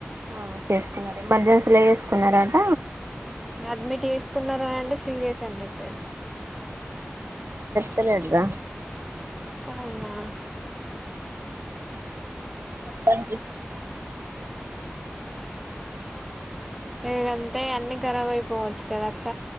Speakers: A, on the right (about 80°); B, in the centre.
A: ఆ చేసుకున్నారు ఎమర్జెన్సీలో చేసుకున్నారాట
B: అడ్మిట్ చేసుకున్నారని అంటే సీరియస్ అన్నట్టే
A: తాలెడ్రా
B: అవునా
A: మొత్తానికి
B: లేదంటే అన్ని ఖరాబ్ అయిపోవచ్చు కదా అక్క